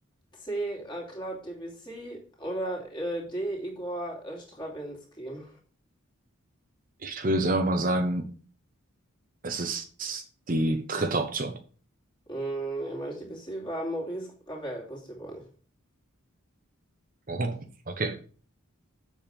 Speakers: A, on the left; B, on the right.
A: C. Äh, Claude Debussy. Oder äh, D. Igor äh, Strawinsky.
B: Ich würde jetzt einfach mal sagen, es ist die dritte Option.
A: Hm, ich meine, Debussy war Maurice Ravel, wusste ich aber auch nicht.
B: Oh, okay.